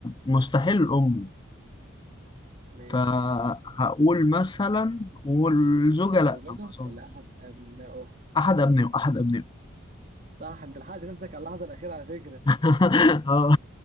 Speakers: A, on the left; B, on the right.
A: مستحيل الأم
B: ماشي
A: فهقول مثلا والزوجة
B: زوجته
A: لأ ما أظنش
B: ولا احد ابنائه
A: أحد أبنائه أحد أبنائه
B: صح انت لحقت نفسك على اللحظه الاخيره على فكره
A: <laughs> اه